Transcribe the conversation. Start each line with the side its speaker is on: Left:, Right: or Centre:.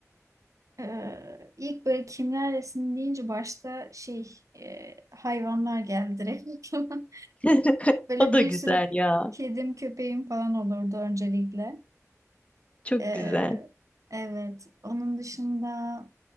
Right: Ee, ilk böyle kimler resim deyince başta şey e, hayvanlar geldi direkt aklıma.
Left: <laughs>
Right: <laughs> Böyle
Left: O da
Right: bir
Left: güzel
Right: sürü
Left: ya.
Right: kedim köpeğim falan olurdu öncelikle.
Left: Çok
Right: Ee,
Left: güzel.
Right: evet onun dışında